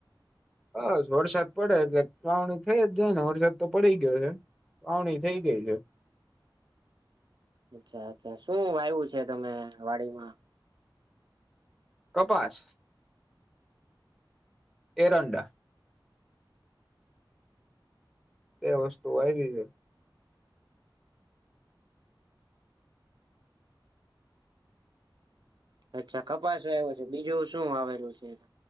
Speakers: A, in the centre; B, on the right.
A: બસ વરસાદ પડે એટલે વાવણી થઈ જ જાય ને વરસાદ તો પડી ગયો હે. વાવણી થઈ ગઈ છે.
B: અચ્છા અચ્છા શું વાયવું છે તમે વાડીમાં?
A: કપાસ. એરંડા. એ વસ્તુ વાયવી છે.
B: અચ્છા કપાસ વાયવો છે બીજું શું વાવેલું છે.